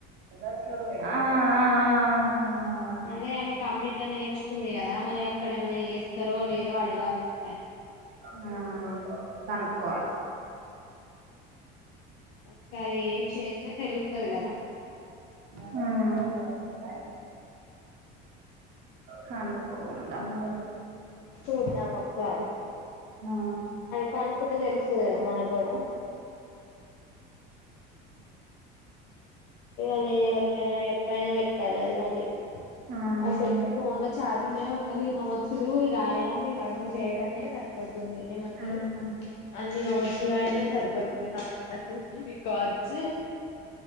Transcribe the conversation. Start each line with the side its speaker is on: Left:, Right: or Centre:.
Right: అ అ అ
Left: అదే ఆమె కంప్లీట్ నేర్చుకుంది కదా మరి అక్కడ ఏమనా చే ఇస్తారో లేదో అడగాలి ఒకసారి
Right: ఆ కనుక్కోవాలి
Left: ఒకసారి ఏ చేస్తే తెలుస్తది కదా
Right: గంటలు పడతదా కనకు ఉంటాములే
Left: చూద్దాం ఒకసారి
Right: ఆ
Left: చూనుకుంటే తెలుస్తుంది కదా మనకు కూడా ఇక నేను ఎవరికైనా ఎప్పుైనా పెట్టాల అది మళ్ళీ,
Right: ఆ
Left: అసలుకి
Right: అదే
Left: ఫోన్ లో చఛార్జింగ్ ఉంటాల ఈ నోట్సులు రాయడం ఇవన్నీ చేయడమే సరిపోతుంది, ఏమంటారు
Right: ఆ
Left: అన్ని నోట్స్లు రాయడమే సరిపోతుంది నాకు అసలుకి రికార్జ